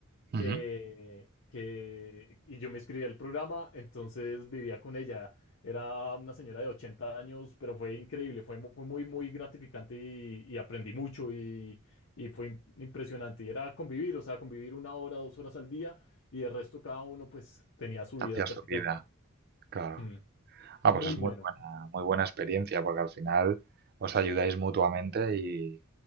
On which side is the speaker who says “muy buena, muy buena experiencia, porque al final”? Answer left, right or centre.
Right